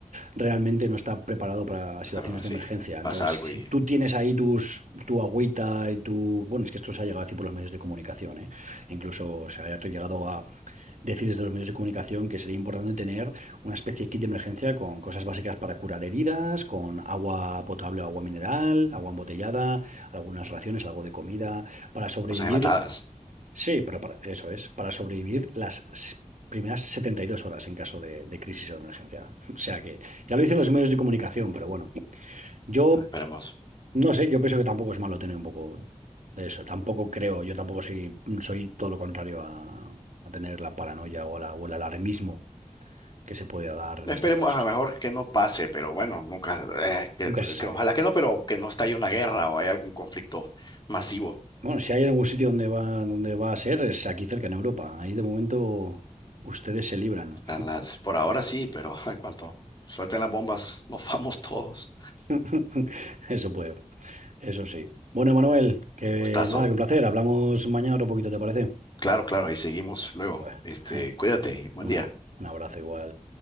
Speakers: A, on the right (about 80°); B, on the left (about 35°).
A: realmente no está preparado para situaciones
B: Está-
A: de
B: Si
A: emergencia. Entonces,
B: pasa algo
A: si
B: y
A: tú tienes ahí tus, tu agüita y tu... Bueno, es que esto se ha llegado a decir por los medios de comunicación, ¿eh? Incluso se ha llegado a decir desde los medios de comunicación que sería importante tener una especie de kit de emergencia con cosas básicas para curar heridas, con agua potable, agua mineral, agua embotellada, algunas raciones, algo de comida, para sobrevivir
B: cosas enlatadas.
A: Sí, pero para- eso es, para sobrevivir las s- primeras 72 horas en caso de, de crisis o de emergencia. <laughs> O sea que ya lo dicen los medios de comunicación, pero bueno, yo
B: Esperemos.
A: no sé, yo pienso que tampoco es malo tener un poco de eso. Tampoco creo, yo tampoco soy, soy todo lo contrario a, a tener la paranoia o, la, o el alarmismo que se puede dar en
B: Esperemos,
A: estos casos.
B: a mejor que no pase, pero bueno, nunca, eh, que,
A: Nunca se sabe.
B: que ojalá que no, pero que no estalle una guerra o haya algún conflicto masivo.
A: Bueno, si hay algún sitio donde va, donde va a ser, es aquí cerca en Europa. Ahí de momento ustedes se libran.
B: Están las, por ahora sí, pero <laughs> en cuanto suelten las bombas, nos vamos todos.
A: <laughs> Eso puede. Eso sí. Bueno, Manuel, que
B: gustazo.
A: nada, que un placer. Hablamos mañana otro poquito, ¿te parece?
B: Claro, claro, ahí seguimos luego.
A: Pues,
B: Este,
A: <laughs>
B: cuídate
A: uy,
B: y buen
A: una,
B: día.
A: un abrazo igual.